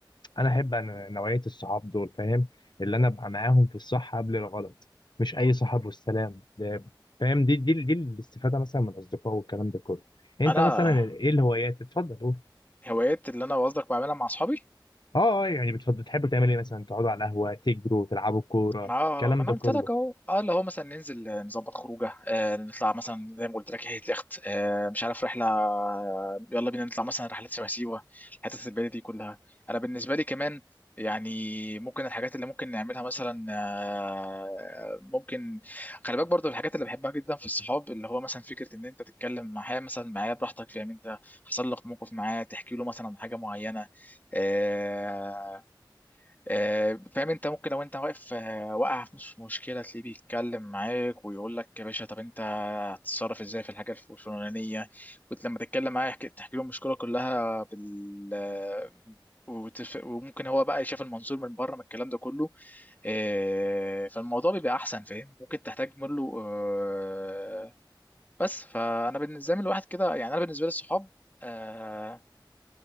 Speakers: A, on the left; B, on the left.
A: انا احب أنا نوعيه الصحاب دول فاهم اللي انا ابقى معاهم في الصح قبل الغلط مش اي صاحب والسلام ده فاهم دي دي دي الاستفاده مثلا من الاصدقاء والكلام ده كله انت
B: انا
A: مثلا ايه الهوايات اتفضل قول
B: هوايات اللي انا قصدك بعملها مع اصحابي
A: اه اه يعني بتفضل تحبوا تعملوا ايه مثلا تقعدوا على القهوه تجروا تلعبوا كوره
B: ما
A: الكلام
B: ما انا
A: ده
B: قلت
A: كله
B: لك اهو اه اللي هو مثلا ننزل آه، نظبط خروجه آه نطلع مثلا زي ما قلت لك هي اليخت آه مش عارف رحله آه، يلا بينا نطلع مثلا رحلات شبه سيوه الحتت البعيده دي كلها انا بالنسبه لي كمان يعني ممكن الحاجات اللي ممكن نعملها مثلا آه، ممكن خلي بالك برضو الحاجات اللي بحبها جدا في الصحاب اللي هو مثلا فكره ان انت تتكلم معاه مثلا معاه براحتك فاهم انت حصل لك موقف معاه تحكي له مثلا عن حاجه معينه آه، آه، فاهم انت ممكن لو انت واقف آه، واقع في نص مشكله تلاقيه بيتكلم معاك ويقول لك يا باشا طب انت هتتصرف ازاي في الحاجه الف- الفلانيه كنت لما تتكلم معاه يحكي- تحكي له المشكله كلها بال آه، وتف... وممكن هو بقى يشوف المنظور من بره من الكلام ده كله آه، فالموضوع بيبقى احسن فاهم ممكن تحتاج منه آه، بس فانا بالنسبه لي الواحد كده يعني انا بالنسبه لي الصحاب آه،